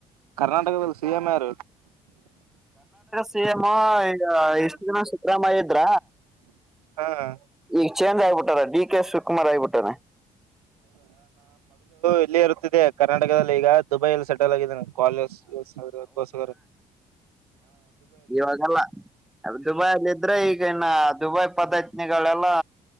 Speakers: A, on the right; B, in the centre.
A: ಕರ್ನಾಟಕದಲ್ಲಿದಲ್ಲಿ ಸಿಎಂ ಯಾರ
B: ಸಿ ಅಮ್ಮ ಈಗ ಇಷ್ಟು ಜನ ಸಿದ್ದರಾಮಯ್ಯ ಇದ್ರ
A: ಹ
B: ಈಗ ಚೇಂದ್ರ ಆಗ್ಬಿಟ್ಟಾರ ಡಿ ಕೆ ಶಿವಕುಮಾರ್ ಆಗಿಬಿಟ್ಟಾರ
A: ಇಲ್ಲಿ ಇರುತ್ತಿದೆ ಕರ್ನಾಟಕದಲ್ಲಿ ಈಗ ದುಬೈಲ್ಲಿ ಸ ನೆ ಕಾಲಜೋಸ್ಕರ
B: ಇವಾಗಲ್ಲ ದುಬೈ ಅಲ್ಲಿ ಇದ್ರೆ ಈಗ ಇನ್ನ ದುಬೈ ಪದತ್ನಿಗಳೆಲ್ಲಾ